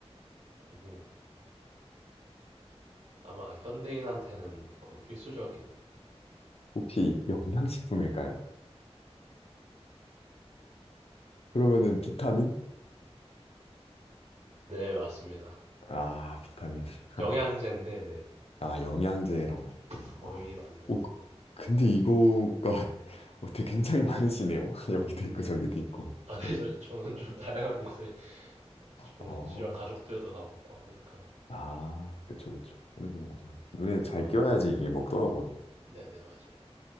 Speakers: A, on the right (about 80°); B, on the left (about 65°).
A: 그리고 아마 현대인한테는 거의 필수적인.
B: 혹시 영양식품일까요? 그러면은 비타민?
A: 네, 맞습니다.
B: 아, 비타민. <laughs>
A: 영양제인데, 네,
B: 아, 영양제라고 하셨군요.
A: 거의
B: 아,
A: 맞는.
B: 오,
A: 네.
B: 근데 이거가 <laughs> 어떻게 굉장히 많으시네요. <laughs> 여기도 있고 저기도 있고.
A: 아,
B: <laughs>
A: 네, 저, 저는 좀 다양한 곳에, 뭐,
B: 어,
A: 씨발, 가족들도 다 먹고 하니까.
B: 아, 그쵸, 그쵸. 그리고 맞아요. 눈에 잘
A: 어,
B: 띄어야지 이게 먹더라고요.
A: 네네, 맞아요.